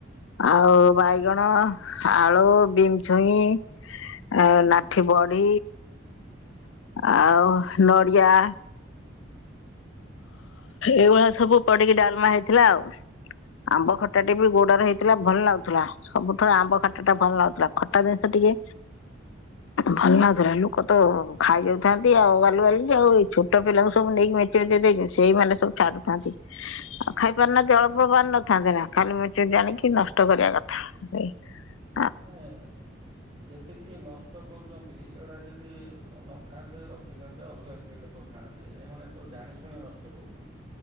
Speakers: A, on the left; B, on the right.
A: ଆଉ ବାଇଗଣ, ଆଳୁ, ବିମ ଛୁଇଁ। ଆଉ ଲାଠି ବଡି ଆଉ ନଡ଼ିଆ। ଏଇଭଳିଆ ସବୁ ପଡିକି ଡାଲମା ହେଇଥିଲା ଆଉ। ଆମ୍ବ ଖଟା ଟେ ବି ଗୋଡରେ ହେଇଥିଲା ଭଲ ଲାଗୁଥୁଲା। ସବୁଠାରୁ ଆମ୍ବ ଖାଟା ଟା ଭଲ ଲାଗୁଥିଲା। ଖଟା ଜିନିଷ ଟିକେ ଭଲ ନାଗୁଥିଲା ଲୋକ ତ ଖାଇଯାଉଥାନ୍ତି ଆଉ ବାଲୁ ବାଲୁ କି ଆଉ ଏଇ ଛୋଟ ପିଲାଙ୍କୁ ସବୁ ନେଇକି ମୁଁ ଏତ୍ <unintelligible> ସେଇ ମାନେ ସବୁ ଛାଡୁଥାନ୍ତି। ଆଉ ଖାଇପାର ନାହାଁନ୍ତି ଅଳପ ଅଳପ ଆଣିନଥାନ୍ତେ ନା ଖାଲି ମେଞ୍ଚେ ମେଞ୍ଚେ ଆଣିକି ନଷ୍ଟ କରିବା କଥା। <unintelligible>
B: ମାନେ ଯେତିକି ନଷ୍ଟ୍ ଷ୍ଟ କରୁଚନ୍ତି ଏଗୁଡା ଯେଦି ଅଁ ନ ଖାଆନ୍ତେ ରଖିଦିଅନ୍ତେ ଅଲଗା କିଏ ଲୋକ ଖାଆନ୍ତେ ଏମାନେ ସବୁ ଜାଣି ଶୁଣି ନଷ୍ଟ କରୁଚନ୍ତି।